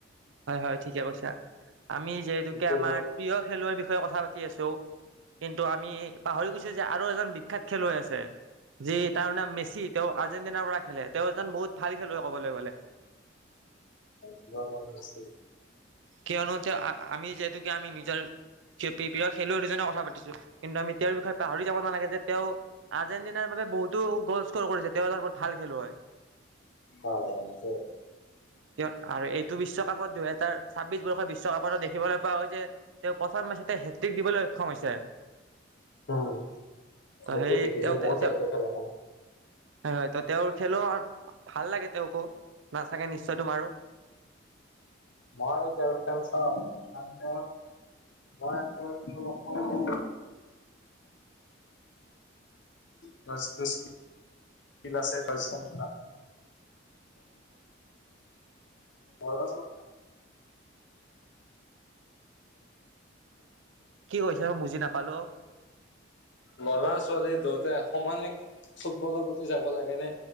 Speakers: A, on the right (about 80°); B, on the left (about 75°).
A: হয় হয়। ঠিকে কৈছা আমি যিহেতুকে
B: এইটো
A: আমাৰ প্ৰিয় খেলুৱৈৰ বিষয়ে কথা পাতি আছো কিন্তু আমি পাহৰি গৈছো যে আৰু এজন বিখ্যয়াত খেলুৱৈ আছে যি তাৰ নাম মেচি তেওঁ আৰ্জেণ্টিনাৰ পৰা খেলে তেওঁ এজন বহুত ভাল খেলুৱৈ ক'বলৈ গ'লে।
B: জীৱনৰ বেছি
A: কিয়নোতে আ-আমি যিহেতুকে আমি নি জিয়াউল প্ৰিয় খেলুৱৈ দুজনৰ কথা পাতিছো কিন্তু আমি তেওঁৰ বিষয়ে পাহৰি যাব নালাগে যে তেওঁ আৰ্জেণ্টিনাৰ বাবে বহুতো গ'ল স্ক'ৰ কৰিছে তেওঁ এজন বহুত ভাল খেলুৱৈ
B: অ হয় স
A: কিয় আৰু এইটো বিশ্বকাপত দুহেজাৰ ছাব্বিশ বৰ্ষৰ বিশ্বকাপতো দেখিবলৈ পোৱা গৈছে তেওঁ প্ৰথম মেচতে হেট্ৰিক দিবলৈ সক্ষম হৈছে
B: উম
A: ত
B: সেইটো
A: সেই
B: দেখিছো
A: তেওঁ
B: ময়
A: তেওঁ
B: চাইছো খেলাখন
A: হয় হয় তো তেওঁৰ খেলো ভাল লাগে তেওঁকো নাচাকে নিশ্চয় তোমাৰো
B: মই তেওঁৰ খেল চাওঁ মই তেওঁৰ খেল বচ তছ বিল আছে ঘৰচমতা মনছক
A: কি কৈছে মই বুজি নাপালো
B: ল'ৰা ছোৱালী দুয়োটাই সমানে ফুটবলৰ প্ৰতি যাব লাগে নে